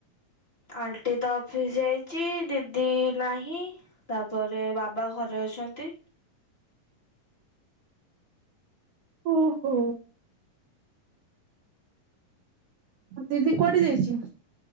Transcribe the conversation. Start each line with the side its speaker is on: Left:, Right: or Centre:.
Left: ଆଣ୍ଟି ତ ଅଫିସ୍ ଯାଇଛି ଦିଦି ନାହିଁ ତାପରେ ବାବା ଘରେ ଅଛନ୍ତି।
Right: ଓ ହୋ। ଦିଦି କୋଆଢ଼େ ଯାଇଛି?